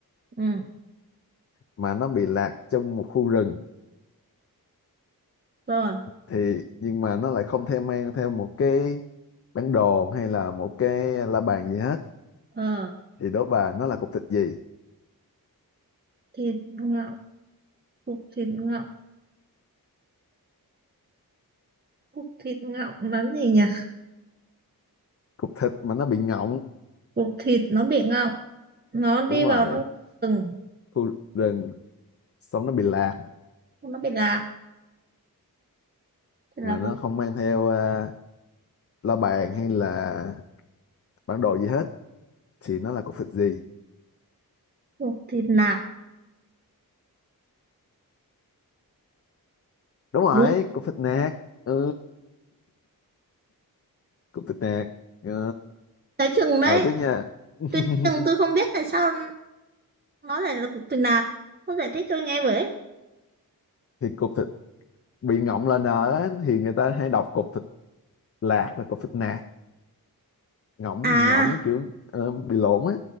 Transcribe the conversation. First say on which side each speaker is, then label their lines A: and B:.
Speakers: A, on the right; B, on the left.
A: ừ
B: mà nó bị lạc trong một khu rừng
A: rồi
B: thì nhưng mà nó lại không theo mang theo một cái bản đồ hay là một cái la bàn gì hết
A: ờ
B: thì đố bà nó là cục thịt gì
A: thịt ngọng cục thịt ngọng cục thịt ngọng là gì nhỉ
B: cục thịt mà nó bị ngọng
A: cục thịt nó bị ngọng nó đi
B: đúng rồi
A: vào trong rừng
B: khu rừng xong nó bị lạc
A: nó bị lạc thì
B: mà
A: là
B: nó
A: cục
B: không mang theo à, la bàn hay là bản đồ gì hết thì nó là cục thịt gì
A: cục thịt lạc
B: đúng rồi
A: đúng
B: cục thịt nạc ừ cục thịt nạc Ờ,
A: cái chừng đấy
B: Ờ tiếp nha <laughs>
A: tôi chừng tôi không biết tại sao nó lại là cục thịt lạc không giải thích tôi nghe với
B: thì cục thịt bị ngọng là n á thì người ta hay đọc cục thịt lạc là cục thịt nạc ngọng
A: à
B: bị ngọng cái kiểu ờ, bị lộn á